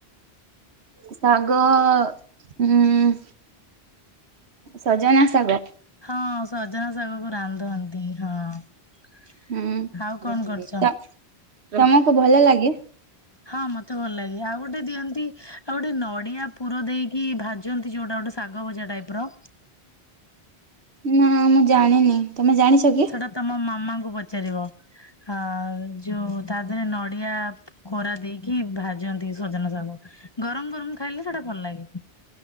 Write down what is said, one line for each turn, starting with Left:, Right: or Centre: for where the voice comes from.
Right: ଶାଗ ଉଁ ସଜନା ଶାଗ।
Left: ହଁ ସଜନା ଶାଗ କୁ ରାନ୍ଧନ୍ତି, ହଁ।
Right: ହୁଁ
Left: ଆଉ କଣ କରୁଛ?
Right: ତ ତମକୁ ଭଲ ଲାଗେ?
Left: ହଁ ମତେ ଭଲ ଲାଗେ ଆଉ ଗୋଟେ ଦିଅନ୍ତି, ଆଉ ଗୋଟେ ନଡିଆ ପୁର ଦେଇକି ଭାଜନ୍ତି ଯୋଉଟା ଶାଗ ଭଜା ଟାଇପ ର।
Right: ନା ମୁଁ ଜାଣିନି। ତମେ ଜାଣିଛ କି?
Left: ସେଟା ତମ ମାମାଙ୍କୁ ପଚାରିବ। ହ ଯୋଉ ତା ଦେହରେ ନଡିଆ କୋରା ଦେଇକି ଭାଜନ୍ତି ସଜନା ସାଗ। ଗରମ ଗରମ ଖାଇଲେ ସେଇଟା ଭଲ ଲାଗେ।